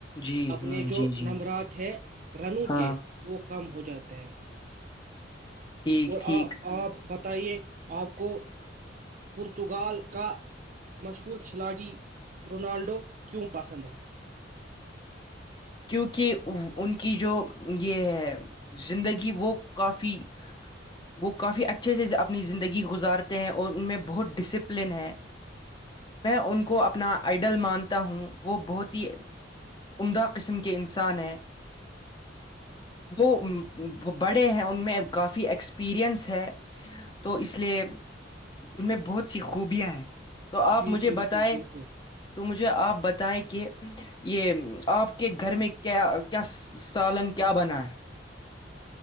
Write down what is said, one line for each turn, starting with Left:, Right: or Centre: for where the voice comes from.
Left: جی
Right: اپنے
Left: ہوں
Right: جو
Left: جی جی
Right: نبرات ہے ہو
Left: ہاں
Right: کے وہ کم ہو جاتا ہے
Left: ٹھیک
Right: اور
Left: ٹھیک
Right: آپ آپ آپ کو پورتگال کا مشہور کھلاڑی رونالڈو کیوں پسند ہے
Left: کیونکہ ان کی جو یہ ہے زندگی وہ کافی وہ کافی اچھے سے اپنی زندگی گزارتے ہیں اور ان میں بہت ڈسپلن ہے میں ان کو اپنا آئیڈل مانتا ہوں وہ بہت ہی عمدہ قسم کے انسان ہیں وہ بڑے ہیں ان میں کافی ایکسپیرئنس ہے تو اس لیے ان میں بہت سی خوبیاں ہیں تو آپ
Right: جی
Left: مجھے
Right: بالکل
Left: بتائے
Right: بالکل
Left: تو مجھے آپ بت اے کہ یہ آپ کے گھر میں کیا کیا سالن کیا بنا ہے